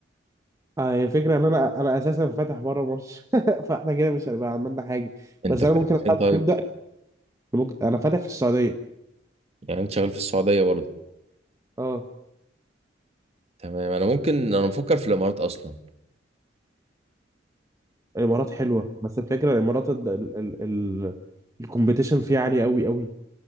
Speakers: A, on the right (about 20°); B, on the right (about 35°).
A: اه هي الفكرة ان انا انا اساسا فاتح بره مصر <laughs> فاحنا كده مش هنبقى عملنا حاجة
B: انت
A: بس انا
B: فين
A: ممكن
B: فين
A: أبدأ
B: طيب
A: نبدأ ممكن انا فاتح في السعودية
B: يعني انت شغال في السعوديه برضه
A: اه
B: تمام انا ممكن انا مفكر في الامارات اصلا
A: الامارات حلوة بس الفكرة الامارات ال ال ال الكومبيتيشن فيها عالي قوي قوي